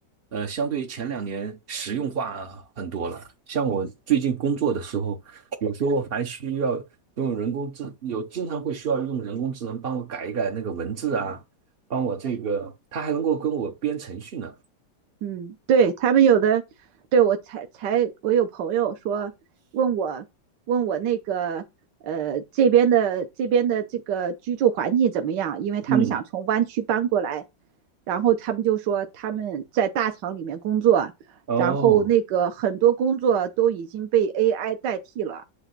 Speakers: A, on the right (about 55°); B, on the right (about 70°).
A: 呃，相对于前两年实用化很多了。像我最近工作的时候，有时候还需要用人工智，有经常会需要用人工智能帮我改一改那个文字啊，帮我这个，它还能够跟我编程序呢。
B: 嗯，对他们有的，对我才才我有朋友说问我问我那个呃这边的这边的这个居住环境怎么样，因为他们想从湾区搬过来，
A: 嗯，
B: 然后他们就说他们在大厂里面工作，
A: 哦，
B: 然后那个很多工作都已经被 AI 代替了，